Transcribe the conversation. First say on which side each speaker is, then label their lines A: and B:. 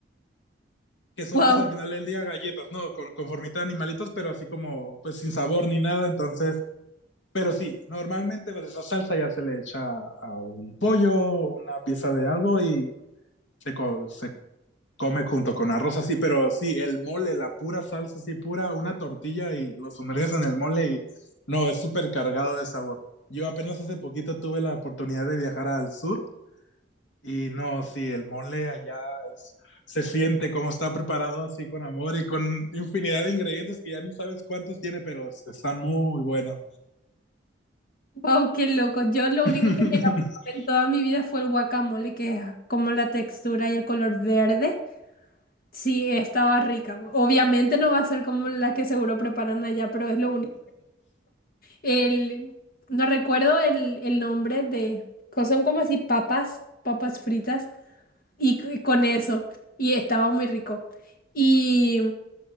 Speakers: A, on the left (about 75°); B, on the left (about 50°).
A: que son
B: Wow,
A: pues al final del día galletas, ¿no? Con, con conformita de animalitos, pero así como pues sin sabor ni nada. Entonces, pero sí, normalmente pues esa salsa ya se le echa a un pollo, una pieza de algo y se, co- se come junto con arroz así, pero sí, el mole, la pura salsa así pura, una tortilla y lo sumerges en el mole y no, es súper cargado de sabor. Yo apenas hace poquito tuve la oportunidad de viajar al sur y no, sí, el mole allá es, se siente como está preparado así con amor y con infinidad de ingredientes que ya ni sabes cuántos tiene, pero están muy buenos.
B: wow, qué loco. Yo lo
A: <laughs>
B: único que llegué a probar en toda mi vida fue el guacamole, que es como la textura y el color verde. Sí, estaba rica. Obviamente no va a ser como la que seguro preparan allá, pero es lo único. El, no recuerdo el, el nombre de, co- son como así papas, papas fritas y c- con eso. Y estaba muy rico. y